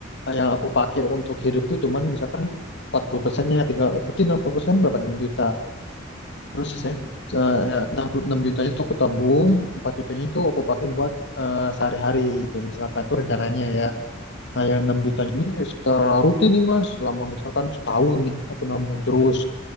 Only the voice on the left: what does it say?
eh, yang aku pakai untuk hidup tuh cuman misalkan 40 persennya tinggal berarti 60 persen berapa enam juta Terus
sisanya
eh, enam puluh- enam jutanya itu aku tabung, 4 jutanya itu aku pakai buat eh, sehari-hari itu misalkan tuh rencananya ya. Nah, yang enam
jutanya ini secara rutin nih Mas, selama misalkan setahun nih aku nabung terus.